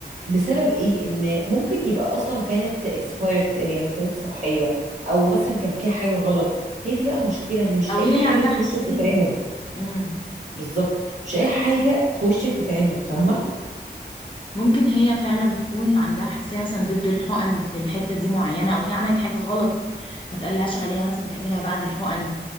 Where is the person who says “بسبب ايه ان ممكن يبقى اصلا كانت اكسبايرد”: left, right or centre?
Right